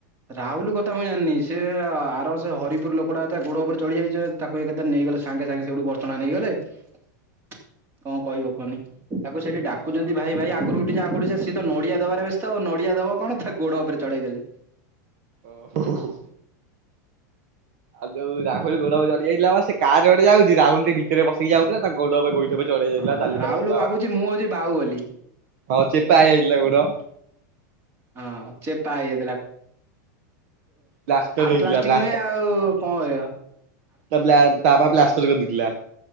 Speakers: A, on the right; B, on the right.
A: ରାହୁଲୁ କଥା ମୁଇଁ ଜାଣନି ସେ ଆର ବର୍ଷ ହରିପୁର ଲୋକଟା ତା ଗୋଡ ଉପରେ ଚଢ଼ି ଯାଇଚି ତାକୁ ଏକା ଥରେ ନେଇଗଲେ ସାଙ୍ଗେ ସାଙ୍ଗେ ସେଇଠୁ ବସ ଷ୍ଟାଣ୍ଡ ନେଇଗଲେ କଣ କହିବ କୁହନି। ତାକୁ ସେଠି ଡାକୁଛନ୍ତି
B: ହଁ।
A: ଭାଇ ଭାଇ ଆଗୁରୁ ଉଠିଯା ଆଗୁରୁ ଉଠି ଯା ସେ ତ ନଡିଆ ଦବାରେ ବ୍ୟସ୍ତ ଆଉ ନଡିଆ ଦବ କଣ ତା ଗୋଡ ଉପରେ ଚଢେଇ ଦେଲେ।
B: ଓ ହୋ ହୋ। ଆଉ ଯଉ ରାହୁଲ ଗୋଡ ଉପରେ ଚଢି ଯାଇଥିଲା ବା ସେ କାର୍ ଗୋଟେ ଯାଉଛି ରାହୁଲ ସେ ଭିତରେ ବସିକି ଯାଉଥିଲା ତା ଗୋଡ଼ ଉପରେ ଗୋଇଠା ବା ଚଢି ଯାଇଥିଲା
A: ହଁ
B: ଚାଲି
A: ରାହୁଲୁ
B: ପାରୁନଥିଲା
A: ଭାବୁଚି ମୁଁ ହଉଚି ବାଉବଲି।
B: ହଁ ଚେପା ହେଇଯାଇଥିଲା ଗୋଡ।
A: ହଁ ଚେପା ହେଇଯାଇଥିଲା।
B: ପ୍ଲାଷ୍ଟର
A: ହାର୍ଡ
B: ହେଇଥିଲା
A: ପ୍ଲାଷ୍ଟିକ
B: ତା
A: ନୁହେଁ ଆଉ କଣ କରିଅ?
B: ବ୍ଲା ବ୍ଳା ବ୍ଲା ବ୍ଲାଷ୍ଟର କରଦେଇଥିଲା।